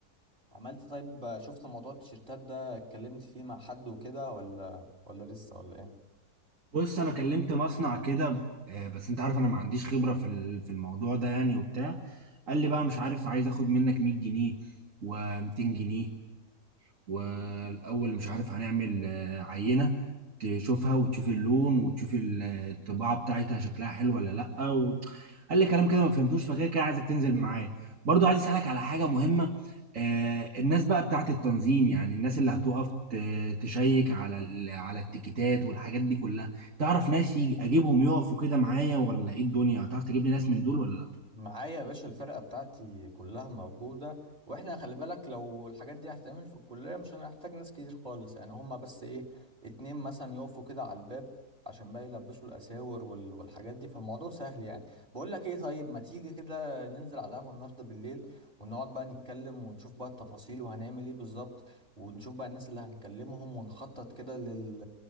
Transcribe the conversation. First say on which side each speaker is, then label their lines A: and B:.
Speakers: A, on the right; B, on the right.
A: عملت طيب شفت موضوع التيشيرتات ده اتكلمت فيه مع حد وكده ولا ولا لسه ولا ايه
B: بص انا كلمت مصنع كده آه، بس انت عارف انا ما عنديش خبره في ال- في الموضوع ده يعني وبتاع قال لي بقى مش عارف عايز اخد منك 100 جنيه و200 جنيه والاول مش عارف هنعمل آه، عينه تشوفها وتشوف اللون وتشوف ال- آه، الطباعه بتاعتها شكلها حلو ولا لا و... قال لي كلام كده ما فهمتوش فكده كده عايزك تنزل معايا برضو عايز اسالك على حاجه مهمه آه الناس بقى بتاعت التنظيم يعني الناس اللي هتقف ت- تشيك على ال- على التيكيتات والحاجات دي كلها تعرف ناس يجي اجيبهم يقفوا كده معايا ولا ايه الدنيا هتعرف تجيب لي ناس من دول ولا لا
A: معايا يا باشا الفرقة بتاعتي كلها موجودة واحنا خلي بالك لو الحاجات دي هتتعمل في الكلية مش هنحتاج ناس كتير خالص يعني هما بس ايه اتنين مثلا يقفوا كده على الباب عشان بقى يلبسوا الأساور وال- والحاجات دي فالموضوع سهل يعني بقول لك ايه طيب ما تيجي كده ننزل على القهوة النهاردة بالليل ونقعد بقى نتكلم ونشوف بقى التفاصيل وهنعمل ايه بالظبط ونشوف بقى الناس اللي هنكلمهم ونخطط كده لل